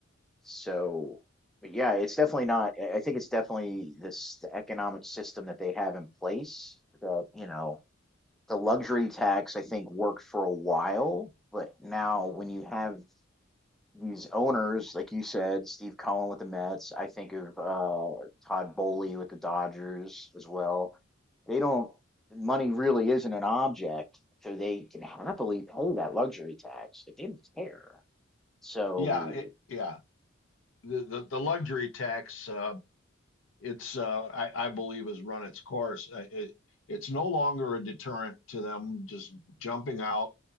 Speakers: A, in the centre; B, on the left (about 70°).
A: so, but yeah, it's definitely not, I I think it's definitely this, the economic system that they have in place that, you know, the luxury tax I think worked for a while, but now when you have these owners, like you said, Steve Cohen with the Mets, I think of uh, Todd Bowley with the Dodgers as well. They don't money really isn't an object, so they can happily pay that luxury tax. like, They didn't care. So
B: Yeah, it, yeah. The, the the luxury tax uh, it's uh, I, I believe has run its course. Uh, It, it's no longer a deterrent to them just jumping out